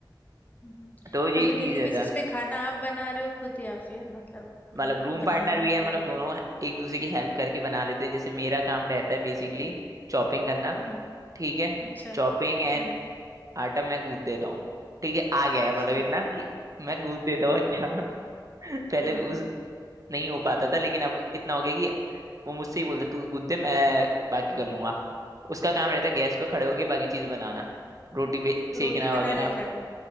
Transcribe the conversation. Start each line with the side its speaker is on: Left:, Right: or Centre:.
Left: हम्म। हम्म।
Right: तो यही
Left: तो अभी
Right: चीज
Left: डेली
Right: रहता
Left: बेसिस
Right: है
Left: पे खाना आप बना रहे हो खुद या फिर मतलब
Right: मतलब
Left: ल-
Right: रूम पार्टनर
Left: बनाने
Right: भी है
Left: के
Right: मतलब
Left: रखते
Right: दोनों
Left: हो?
Right: एक दूसरे की हेल्प करके बना लेते हैं जैसे मेरा काम रहता है बेसिकली
Left: हम्म
Right: चॉपिंग करना
Left: हम्म,
Right: ठीक है
Left: अच्छा
Right: चॉपिंग
Left: हम्म
Right: एंड
Left: हम्म।
Right: आटा मैं गूंथ देता हूँ ठीक है आ गया है
Left: अच्छा
Right: मतलब इतना कि मैं गूंथ देता हूँ अच्छा <laughs> पहले
Left: हाँ
Right: उस
Left: हाँ हम्म,
Right: नहीं हो पाता था लेकिन अब इतना हो गया कि वो मुझसे ही बोलते तू गूंथ दे मैं बाकी कर लूंगा
Left: हम्म।
Right: उसका काम रहता है गैस पे खड़े होके बाकी चीज बनाना रोटी बे-
Left: तो
Right: सेकना
Left: रोटी बना
Right: वगैरह
Left: लेता है वो